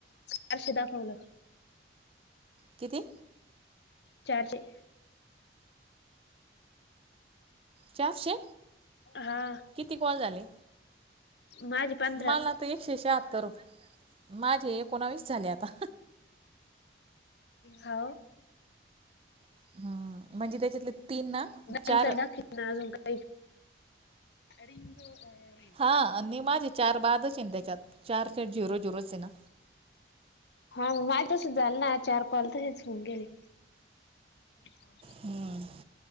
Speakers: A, on the left; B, on the right.
A: चश दाखवलं
B: किती?
A: चारशे.
B: चारशे
A: हा.
B: किती कॉल झाले
A: माझे पंधरा
B: मला तर एकशे शहात्तर रुपये. माझे एकोणावीस झाले आता.
A: हो
B: हम्म म्हणजे त्याच्यातले तीन ना चार
A: न तर दाखेल ना अजून काही. आणिम द <unintelligible>
B: हा आणि माझे चार बादच आहेत ना त्याच्यात चार च झिरो झिरो च आहे ना.
A: हा माय तस झालंल ना चार कॉल तसेच होऊन गेले. ह हो
B: हम्म